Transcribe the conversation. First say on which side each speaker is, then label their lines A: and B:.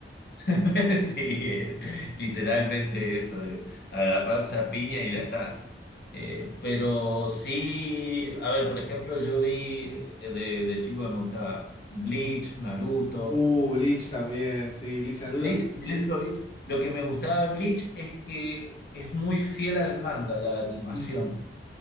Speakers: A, on the left; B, on the left.
A: <laughs> Sí, eh, literalmente eso, de agarrarse a piña y ya está. Eh, pero sí, a ver, por ejemplo, yo vi eh, de, de chico que me gustaba Bleach, Naruto.
B: Uh, Bleach también, sí, Bleach Naruto.
A: Bleach, Bleach
B: Yo-
A: lo vi. Lo que me gustaba de Bleach es que es muy fiel al manga, la animación.
B: mm,